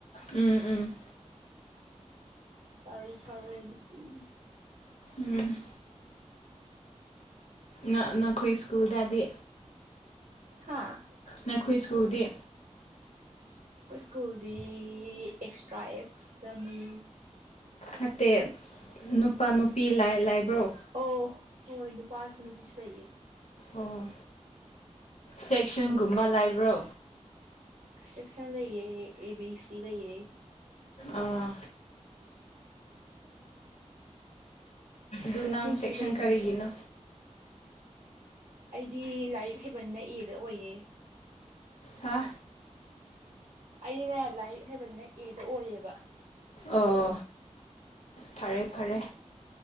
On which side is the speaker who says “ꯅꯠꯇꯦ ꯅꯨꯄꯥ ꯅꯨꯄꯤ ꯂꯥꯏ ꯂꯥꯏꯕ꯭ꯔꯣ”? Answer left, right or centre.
Left